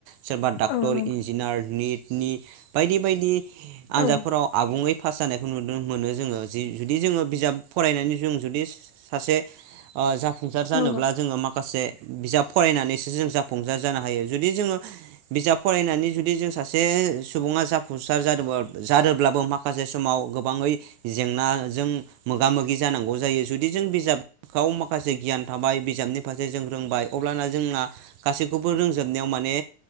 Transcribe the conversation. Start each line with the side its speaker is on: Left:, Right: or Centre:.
Right: सोरबा डाक्टर
Left: औ नंगौ
Right: इन्जिनियार निट नि बायदि बायदि आनजादफोराव
Left: औ नंगौ औ
Right: आबुङै फास जानाय नुनो मोनो जोङो जि जुदि जोङो बिजाब फरायनानै जों जुदि सासे ओ जा फुंसार जानोब्ला
Left: नंगौ
Right: जोङो माखासे बिजाब फरायनानैसो जों जाफुंजार जानो हायो जुदि जोङो बिजाब फरायनानै जुदि जों सास से सुबुङा जाफुंसार जादोंबा जादोंब्लाबो माखासे समाव गोबाङै जेंनाजों मोगा मोगि जानांगौ जायो जुदि जों बिजाबाव माखासे गियान थाबाय बिजाबनि फारसे जों रोंबाय अब्लाना जोंना गासैखौबो रोंजोबनायाव माने